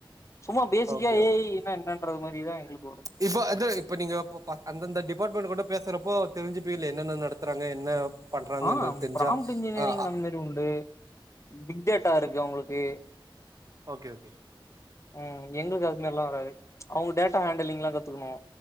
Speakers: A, on the left (about 35°); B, on the right (about 40°).
A: சும்மா பேசிக்கா
B: okay
A: A
B: okay
A: I
B: okay
A: ன்னா என்னன்றது மாறிதா எங்களுக்கு வரும்
B: இப்போ அந்த இப்ப நீங்க அந்தந்த டிபார்ட்மெண்ட் கூட பேசறப்போ தெரிஞ்சுப்பீங்கல்ல என்னென்ன நடத்றாங்க என்ன பண்றாங்கன்றது
A: ஆ
B: தெரிஞ்சா
A: ஃப்ராம்ட் இன்ஜினியரிங்
B: ஆ ஆ
A: அந்த மாறி உண்டு பிக் டேட்டா இருக்கு அவங்களுக்கு
B: ஓகே ஓகே
A: ம் எங்ளுக்கு அதுமாரிலா வராது அவுங்க டேட்டா ஹேண்டலிங்லா கத்துக்கணு